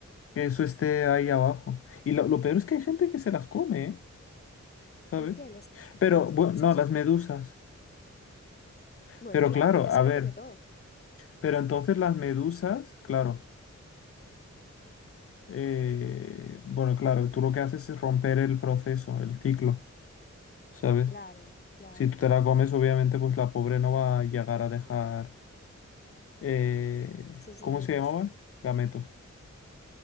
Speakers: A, on the left; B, on the left.
A: que eso esté ahí abajo. Y lo, lo peor es que hay gente que se las come, ¿eh? ¿Sabes?
B: ¿El qué? Los,
A: Pero,
B: las
A: bueno,
B: medusas.
A: no, las medusas.
B: Bueno,
A: Pero
B: y la
A: claro,
B: gente
A: a
B: se lo
A: ver,
B: come todo.
A: pero entonces las medusas, claro, eh, bueno, claro, tú lo que haces es romper el proceso, el ciclo, ¿sabes?
B: Claro, claro.
A: Si tú te la comes, obviamente, pues la pobre no va a llegar a dejar, eh,
B: Sus
A: ¿cómo
B: gametos.
A: se llamaban? Gametos.